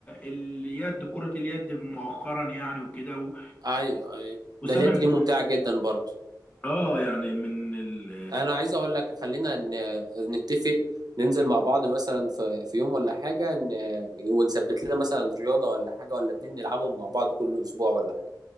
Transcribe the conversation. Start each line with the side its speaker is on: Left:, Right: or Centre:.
Left: اليد كره اليد مؤخرا يعني وكده
Right: ايوه ايوه
Left: وسامع
Right: ده اليد دي ممتعه جدا برضه
Left: اه يعني من ال...
Right: انا عايز اقول لك خلينا ن- نتفق ننزل مع بعض مثلا في في يوم ولا حاجه ن- ونثبت لنا مثلا رياضه ولا حاجه ولا اتنين نلعبهم مع بعض كل اسبوع ولا حاجه